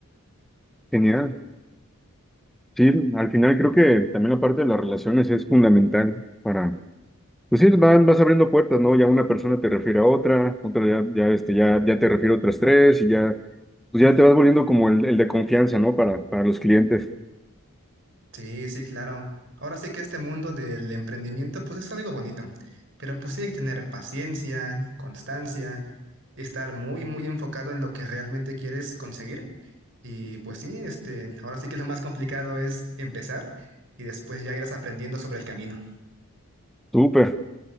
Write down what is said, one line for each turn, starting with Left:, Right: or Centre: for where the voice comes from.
Centre: genial. Sí, al final creo que también la parte de las relaciones es fundamental para, pues sí, van, vas abriendo puertas, ¿no? Ya una persona te refiere a otra, otra ya, ya, este, ya, ya te refiere a otras tres y ya, pues ya te vas volviendo como el, el de confianza, ¿no? Para, para los clientes.
Right: Sí, sí, claro. Ahora sí que este mundo del emprendimiento, pues es algo bonito, pero pues sí hay que tener paciencia, constancia, estar muy, muy enfocado en lo que realmente quieres conseguir. Y pues sí, este, ahora sí que lo más complicado es empezar y después ya irás aprendiendo sobre el camino.
Centre: Súper.